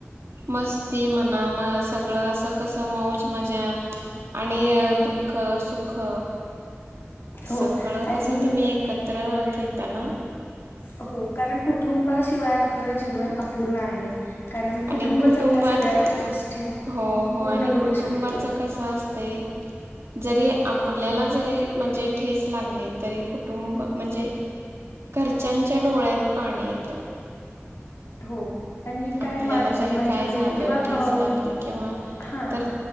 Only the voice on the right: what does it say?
मस्ती म्हणा म सगळ असं कस अस मौज मजा आ आणि दुःख, सुख
सगळं
कसं तुम्ही एकत्र घेता ना
आणि कुटुंबात
हो हो
आणि
कुटुंबाच
कसं आसतय जरी आपल्याला जरी म्हणजे ठेच लागली तरी कुटुंब म्हणजे घरच्यांच्या डोळ्यात पाणी येत
आपल्याला
जरी
काय
झालं
ठेस
लागली किंवा
तर